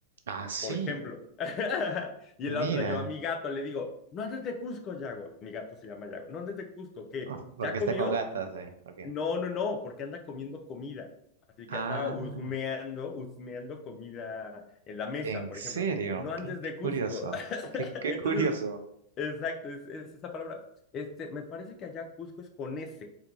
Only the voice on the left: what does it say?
por ejemplo. <laughs> Y
en la otra, yo a mi gato le digo, no andes de Cusco, Yago. Mi gato se llama Yago, no andes de Cusco, ¿qué?
¿Ya comió?
No, no, no, porque anda comiendo comida. Así
que anda husmeando, husmeando comida en la mesa,
por
ejemplo. No andes
de Cusco.
<laughs>
Entonces,
exacto, es, es esa palabra. Este, me parece que allá Cusco es con S,